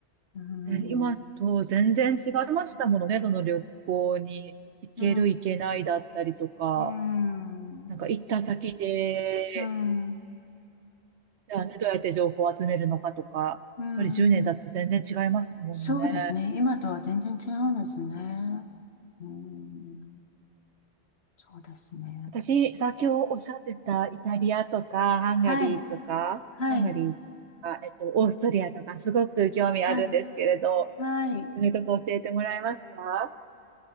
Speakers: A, on the left; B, on the right.
A: うん、
B: ね。今と全然違いましたものね、その旅行に行ける行けないだったりとか、
A: うん、うん、
B: なんか行った先で、
A: うん、
B: じゃあね、どうやって情報を集めるのかとか、やっぱり10年だと全然違いますものね。
A: うん。そうですね。今とは全然違うんですね。うん、そうですね。
B: 私、先ほどおっしゃってたイタリアとか、ハンガリーとか、
A: はい、はい、
B: ハンガリーとか、えっと、オーストリアとか、すごく興味あるんですけれど、
A: はい、はい。
B: そすとか教えてもらえますか